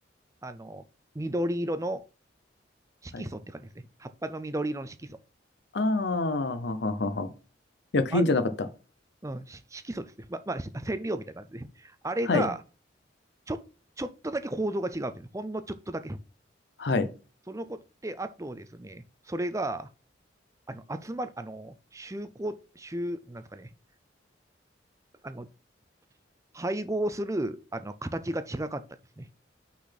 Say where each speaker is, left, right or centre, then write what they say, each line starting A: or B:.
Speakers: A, on the right; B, on the left.
A: あの、緑色の色素って感じですね。
B: はい。
A: 葉っぱの緑色の色素。
B: ああ、はははは。薬品じゃなかった。
A: あ、うん、し色素ですね。ま、まあ、染料みたいな感じですね。あれが、
B: はい。
A: ちょ、ちょっとだけ構造が違うんです。ほんのちょっとだけ。
B: はい。
A: そのことで、あとですね、それが、あの、集まる、あの、集合、集、なんですかね、あの、配合する、あの、形が違かったですね。